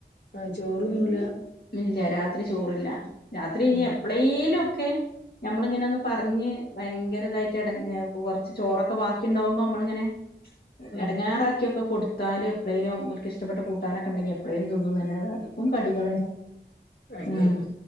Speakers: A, on the left; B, on the left.
A: ആഹ് ചോറൊന്നൂല
B: ഇല്ല രാത്രി ചോറില്ല രാത്രി ഇനി
A: ഏഹ്
B: എപ്പളേലും ക്കെ ഞമ്മള് ഇങ്ങന പറഞ്ഞ് ഭയങ്കര ഇതായിട്ട് എടഞ്ഞ് കൊറച്ച് ചോറൊക്കെ ബാക്കി ഉണ്ടാവുമ്പോ നമ്മളിങ്ങനെ
A: ആഹ്
B: എടങ്ങാറാക്കിയൊക്കെ കൊടുത്ത് ത്താല് എപ്പളേലും ഓൽക്ക് ഇഷ്ടപ്പെട്ട കൂട്ടാനൊക്കെണ്ടങ്കി എപ്പളേലും തിന്നും ന്നല്ലാതെ അതാ ക്കും കടികളന്ന
A: അയിന്
B: ഉം